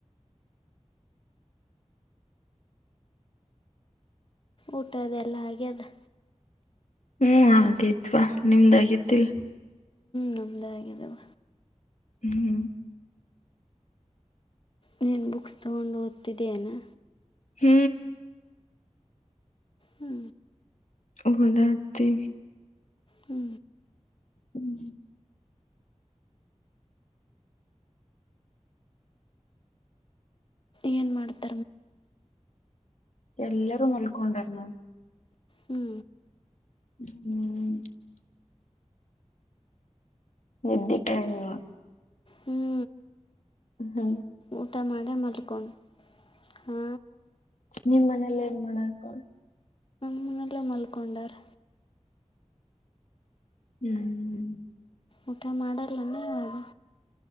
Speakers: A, on the left (about 45°); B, on the left (about 75°).
A: ಊಟದ ಎಲ್ಲಾ ಆಗೈತಾ
B: ಹ್ಮ್ ಹಾಗೇತ್ವಾ ನಿಮ್ದಾಗತಿಲ್
A: ನಮದಾಯಗದವ
B: ಹ್ಮ್
A: ನಿನ್ ಬುಕ್ ತಗೊಂಡು ಓದಿದ್ದು ಏನೋ
B: ಹೂ
A: ಹ್ಞೂ
B: ಭಲತಿ
A: ಹ್ಞೂ
B: ಹ್ಮ್
A: ಏನ್ ಮಾಡ್ತಾ
B: ಎಲ್ಲರೂ ಮಲ್ಕೊಂಡವ್ರ್ನೋ
A: ಹ್ಞೂ
B: ಹೂ ಎದ್ದಿ ಟೈಮ್ಟ ನೋ
A: ಹ್ಞೂ
B: ಹೂ
A: ಊಟ ಮಾಡೇ ಮಲ್ಕೊಂಡು ಹಾ
B: ನಿಮ್ಮನೆಯಲ್ಲಿ ಏನ್ ಮಾಡತಾರೆ
A: ಮೂನಲ್ಲ ಮಲ್ಕೊಂಡರ್
B: ಹ್ಮ್ ಹ್ಮ
A: ಊಟ ಮಾಡಲೇನು ಇವಾಗ